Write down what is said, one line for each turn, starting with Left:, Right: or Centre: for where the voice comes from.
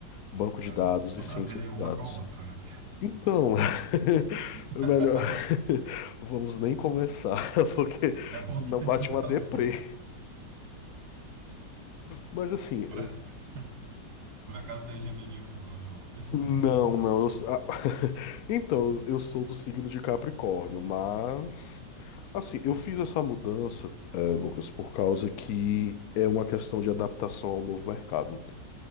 Left: banco de
Right: Aham.
Left: dados
Right: Tudo
Left: e ciência
Right: a ver
Left: de
Right: uma
Left: dados.
Right: com a outra, né?
Left: Então, <laughs>
Right: <laughs>
Left: o melhor, <laughs> vamos nem começar, <laughs> porque
Right: É bom
Left: senão
Right: que tem
Left: bate
Right: tudo
Left: uma deprê.
Right: a ver.
Left: Mas assim,
Right: Por, a- <laughs> Por acaso é geminiano ou não?
Left: Não,
Right: <laughs>
Left: não. eu sou- ah, <laughs> Então, eu sou do signo de Capricórnio, mas. Assim, eu
Right: Entendi.
Left: fiz essa mudança, eh, Lucas, por causa que é uma questão de adaptação ao novo mercado.